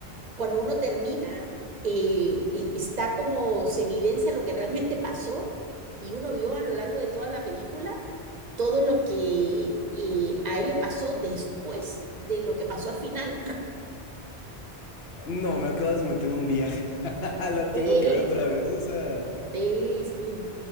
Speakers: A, on the right (about 45°); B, on the left (about 70°).
A: cuando uno termina, eh, eh, está como se evidencia lo que realmente pasó y uno vio a lo largo de toda la película todo lo que eh, a él le pasó después de lo que pasó al final.
B: No, me acabas de meter un viaje. <laughs> La tengo
A: <clears throat>
B: que ver otra vez, o sea.
A: Sí, sí, sí.